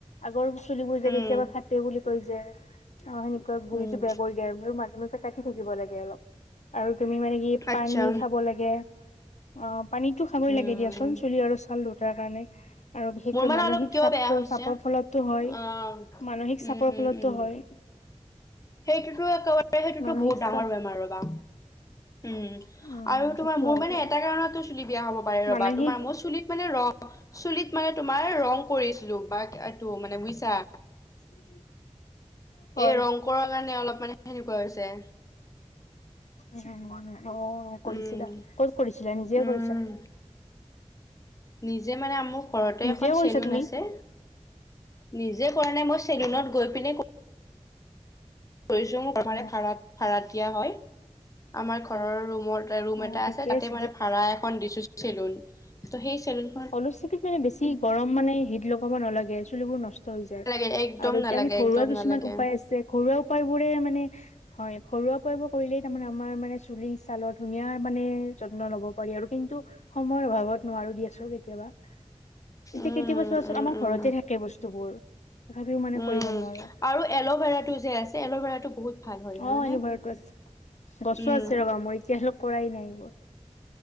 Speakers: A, on the left; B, on the left.
A: আগৰ চুলিবোৰ যে
B: উম
A: কেতিয়াবা ফাটে বুলি কৈ যে অ' সেনেকুৱা গুৰিটো
B: উম
A: বেয়া কৰি দিয়ে ম কাটি থাকিব লাগে অলপ আৰু তুমি মানে কি
B: আচ্ছা
A: পানী খাব লাগে। অ' পানীতো খাবই
B: উম
A: লাগে দিয়াচোন চুলি আৰু চাল দুইতাৰ কাৰণে। আৰু বিশেষকৈ
B: মোৰ মানে
A: মানসিক
B: অলপ কিয়
A: চাপ,
B: বেয়া হৈছে
A: চাপৰ ফলতো হয়
B: অ
A: মানসিক চাপৰ
B: উম উম
A: ফলতো
B: উম
A: হয়।
B: সেইটোতো একেবাৰে সেইটোতো
A: মানসিক
B: বহুত ডাঙৰ
A: চাপ
B: বেমাৰ ৰবা। উম
A: উম
B: আৰু
A: সেইটো
B: তোমাৰ মোৰ
A: হয়
B: মানে
A: বাৰু
B: এটা কাৰণতো চুলি বেয়া হ'ব পাৰে ৰ'বা
A: মানসিক
B: তোমাৰ ম চুলিত মানে ৰং, চুলিত মানে তোমাৰ ৰং কৰিছিলো বাঘ এইটো মানে বুজিছা।
A: <inaudible> হয়
B: এই ৰং কৰাৰ কাৰণে অলপ মানে সেনেকুৱা হৈছে।
A: উ অ' কৰিছিলা,
B: উম
A: ক'ত কৰিছিলা, নিজে
B: উম
A: কৰিছা।
B: নিজে মানে আমু ঘৰতে
A: নিজে
B: এখন
A: কৰিছা
B: চেলোন
A: তুমি
B: আছে। নিজে কৰা নাই মই চেলোনত গৈ পিনে কৰিছো
A: অ
B: ভাড়াত দিয়া হয়। আমাৰ ঘৰৰ ৰুমৰ ৰুম
A: অ
B: এটা
A: ঠিকে
B: আছে তাতে মানে
A: দিয়া
B: ভাড়া এখন দিছো চেলুন। ত' সেই চেলুন
A: হ'লেও চুলিত মানে বেছি গৰম মানে হিট লগাব নালাগে চুলিবোৰ নষ্ট হৈ যায়
B: নালাগে একদম
A: আৰু এতিয়া
B: নালাগে
A: আমি ঘৰুৱা
B: একদম
A: কিছুমান
B: নালাগে
A: উপায় আছে ঘৰুৱা উপায়বোৰে মানে হয়, ঘৰুৱাকে এইবোৰ কৰিলেই তাৰমানে আমাৰ মানে চুলি, চালৰ ধুনীয়া মানে যত্ন ল'ব পাৰি আৰু কিন্তু। সময়ৰ অভাৱত নোৱাৰো দিয়াচোন। কেতিয়াবা এতিয়া,
B: উম
A: কেতিয়াবা চোৱাচোন
B: উম
A: আমাৰ
B: উম
A: ঘৰতে থাকে বস্তুবোৰ। তথাপিও মানে
B: উম
A: কৰিব নোৱাৰো
B: আৰু এল'ভেৰাটো যে আছে এল'ভেৰাতটো বহুত ভাল। হয় জানানে
A: অ' এলুভেৰাটো আছে। গছো
B: উম
A: আছে ৰবা মই এতিয়া হ'লেও কৰাই নাই এইবোৰ।